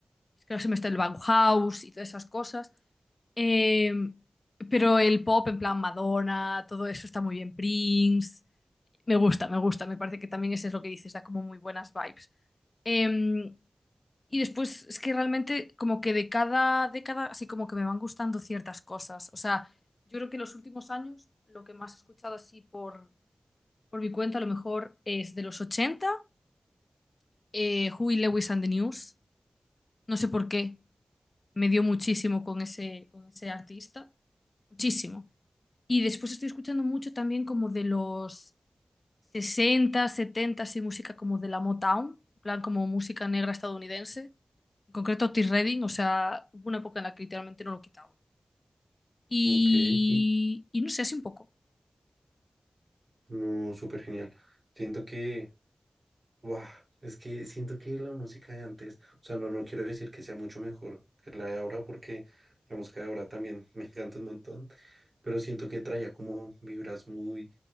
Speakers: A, on the left; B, on the right.
A: es que ahora se me está el Bauhaus y todas esas cosas. Eh, pero el pop en plan Madonna, todo eso está muy bien, Prince, me gusta, me gusta, me parece que también eso es lo que dices, da como muy buenas vibes. Em, y después es que realmente como que de cada década así como que me van gustando ciertas cosas. O sea, yo creo que en los últimos años lo que más he escuchado así por, por mi cuenta a lo mejor es de los ochenta eh, Huey Lewis and the News. No sé por qué, me dio muchísimo con ese, con ese artista, muchísimo. Y después estoy escuchando mucho también como de los 60 70 así música como de la Motown, en plan como música negra estadounidense. En concreto Otis Redding, o sea, hubo una época en la que literalmente no lo quitaba. Y,
B: Ok, y-
A: y no sé, así un poco.
B: no, súper genial. Siento que Guau, es que siento que la música de antes, o sea, no, no quiero decir que sea mucho mejor que la de ahora, porque la música de ahora también <laughs> me encanta un montón, pero siento que traía como vibras muy,